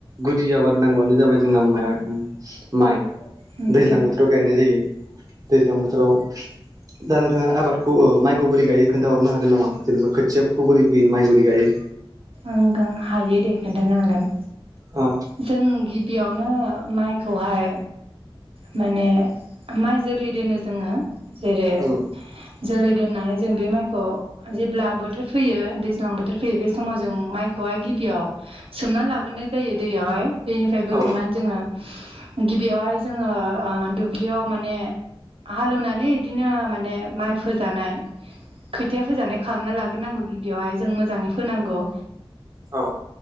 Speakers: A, on the right; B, on the right.
A: गुदि आबाद नांगौआनो जाबाय जोंना माइ माइ
B: उम
A: दैज्लां बोथोराव गायनाय जायो दैज्लां बोथोराव दा नोंथाङा आबादखौ ओ माइखौ बोरै गाय खोनथाहरनो हागोन नामा जेनेबा खै थियाखौ बोरै फैयो माइ बोरै गायो
B: ओं गां हायो दे खोन्थानो हागोन
A: अ
B: जों गिबियावनो माइखौहाय माने माइ जोलै दोनो जोङो जेरै
A: उम
B: जोलै दोननानै जों बे माइखौ जेब्ला बो थोर फैयो दैज्लां बोथोर फैयो बे समाव जों माइखौहाय गिबियाव सोमनानै लाग्रोनाय जायो दैयावहाय दैनिफ्राय बोखांनानै
A: औ
B: जोङो गिबियावहाय जोङो ओ दुब्लियाव माने हाल एवनानै इदिनो माने माइ फोजानाय खोथिया फोजानाय खालामना लाग्रोनांगौ गिबियावहाय जों मोजाङै फोनांगौ
A: औ